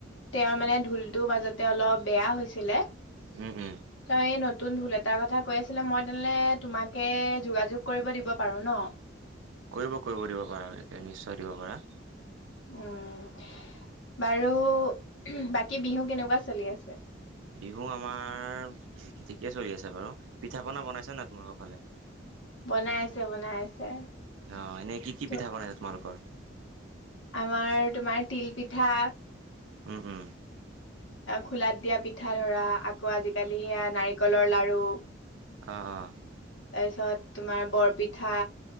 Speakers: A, on the left; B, on the right.
A: তেওঁৰ মানে ঢোলটো মাজতে অলপ বেয়া হৈছিলে
B: উম উম
A: তই এই নতুন ঢোল এটাৰ কথা কৈ আছিলে মই তেনেলে তোমাকে যোগাযোগ কৰিব দিব পাৰো ন।
B: কৰিব কৰিব দিব পাৰা একে নিশ্চয় দিব পাৰা।
A: উম বাৰু বাকী বিহু কেনেকুৱা চলি আছে?
B: বিহু আমাৰ ঠিকে চলি আছে বাৰু পিঠা পনা বনাইছে নে তোমালোকৰ ফালে?
A: বনাই আছে বনাই
B: অঁ,
A: আছে
B: এনেই কি কি
A: ত
B: পিঠা বনাইছা তোমালোকৰ?
A: আমাৰ তোমাৰ তিল পিঠা।
B: উম উম।
A: খোলাত দিয়া পিঠা ধৰা আকৌ আজিকালি সেয়া নাৰিকলৰ লাৰু।
B: অ, অ।
A: তাৰপিছত তোমাৰ বৰপিঠা।